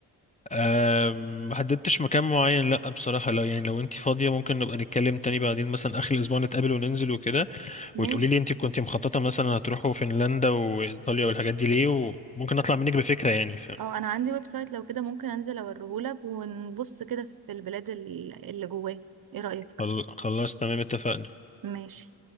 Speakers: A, on the left; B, on the right.
A: أم، محددتش مكان معين لا بصراحة لا يعني لو انت فاضية ممكن نبقى نتكلم تاني بعدين مثلا آخر الأسبوع نتقابل وننزل وكده
B: ماشي
A: وتقولي لي انت كنت مخططة مثلا هتروحوا فنلندا وإيطاليا والحاجات دي ليه وممكن أطلع منك بفكرة يعني
B: اه انا عندي ويب سايت لو كده ممكن انزل اوريهولك ونبص كده في البلاد ال- اللي جواه ايه رأيك
A: فخلاص تمام اتفقنا
B: ماشي